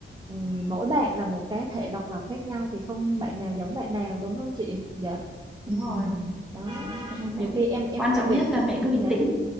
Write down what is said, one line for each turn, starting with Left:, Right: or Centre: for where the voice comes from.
Right: ừm, mỗi bạn là một cá thể độc lập khác nhau thì không bạn nào giống bạn nào đúng không chị? Dạ.
Centre: đúng
Right: Ừm,
Centre: rồi
Right: đó.
Centre: đấy cho nên mẹ
Right: Nhiều khi em em
Centre: quan
Right: hay
Centre: trọng
Right: bị
Centre: nhất là mẹ cứ bình
Right: dạ
Centre: tĩnh